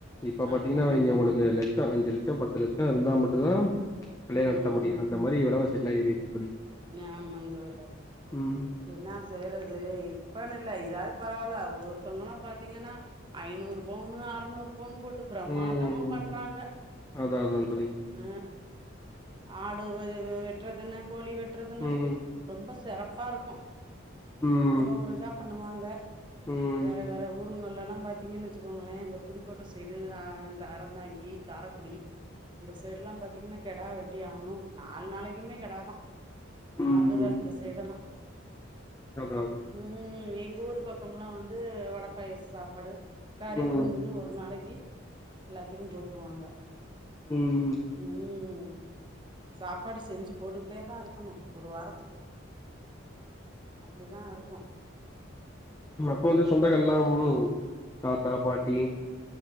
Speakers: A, on the left (about 15°); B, on the right (about 25°).
A: இப்ப
B: அதா
A: பாத்தீங்கன்னா வைங்க
B: அதா
A: உங்களுக்கு லச்சோ அஞ்சு லச்சோ பத்து லச்சோ இருந்தா மட்டுதா கல்யாண
B: ம்
A: நடத்த முடியு அந்த மாரி வெலவாசி எல்லா ஏறிருச்சு தோழி
B: ஆமாந் தோழரே
A: ம்
B: என்னா செய்றது இப்பன்னு இல்ல இதாவது பரவாயில்ல ஒருத்தவங்கல்லா பாத்தீங்கன்னா ஐநூறு பவுன்னு அறநூறு பவுன்னு போட்டு பிரம்மாண்டமா
A: ம்
B: பண்றாங்க
A: அதா அதா தோழி
B: அ ஆடு வெட்றதென கோழி வெட்றதென்னனு
A: ம்
B: ரொம்ப சிறப்பா இருக்கு
A: ம்
B: அவ்ளோ ஒரு இதா பண்ணுவாங்க
A: ம்
B: வேற வேற ஊருங்கள்லல்லா பாத்தீங்கன்னு வச்சுக்கோங்களே இந்த புதுக்கோட்ட சைடு அ இந்த அறந்தாங்கி காரக்குடி இந்த சைட் எல்லா பாத்தீங்கன்னா கெடா வெட்டி ஆகணு நாலு நாளைக்குமே கெடா தா
A: ம்
B: மதுர அந்த சைடெல்லா
A: அதா
B: ம் எங்க ஊரு பக்கமெல்லா வந்து வடப்பாயச சாப்பாடு கறி
A: ம்
B: விருந்துன்னு ஒரு நாளைக்கி எல்லாத்துக்கு போட்ருவாங்க
A: ம்
B: ம் சாப்பாடு செஞ்சு போட்டுக்கிட்டே தா இருக் குனு ஒரு வாரத்துக்கு அப்டிதா இருக்கு
A: ம் அப்ப வந்து சொந்தங்கள் எல்லாமும் தாத்தா பாட்டி